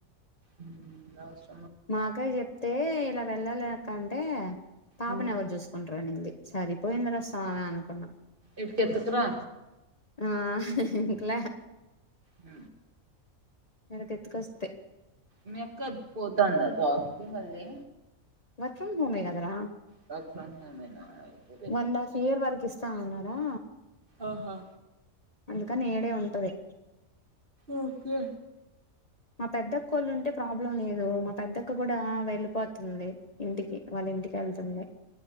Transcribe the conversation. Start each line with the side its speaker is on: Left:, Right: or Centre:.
Right: మ్
Left: మాక్క కు చెప్తే ఇలా వెళ్ళాలేక్క అంటే పాపను
Right: ఉమ్
Left: ఎవరు చూస్ కుంటరనింది సరిపోయింది ర స్వామి అనుకున్నా
Right: ఇడికి ఎత్తుకురా
Left: ఆ కులే
Right: హ
Left: ఇడికి ఎత్తుకొస్తే
Right: మీ అక్క పోతందా జాబ్కిి మళ్ళీ
Left: వర్క్ ఫ్రమ్ హోమే కదరా
Right: వర్క్ ఫ్రమ్ ఫోమేనా అయితే వే
Left: వన్ అండ్ హాఫ్ ఇయర్ వరక్ ఇస్తానన్నారా
Right: ఆహా
Left: అందుకని ఇడే ఉంటది
Right: ఓకే
Left: మా పెద్దక్కోళ్ళు ఉంటే ప్రాబ్లం లేదు మా పెద్దక్క కూడా వెళ్ళిపోతుంది ఇంటికి వాళ్ళ ఇంటికేళ్తుంది